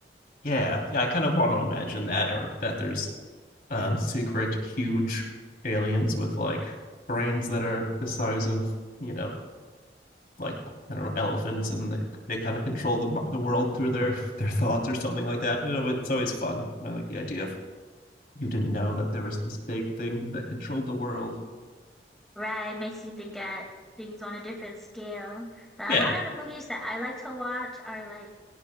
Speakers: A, on the left; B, in the centre.
A: Yeah, yeah, I kind of want to imagine that, or that there's um secret huge aliens with like brains that are the size of, you know, like I don't know, elephants, and they they kind of control the the world through their <laughs> their thoughts or something like that. You know, it's always fun. I like the idea of you didn't know that there was this big thing that controlled the world.
B: Right, makes you think at things on a different scale. But
A: Yeah,
B: a lot of the movies that I like to watch are like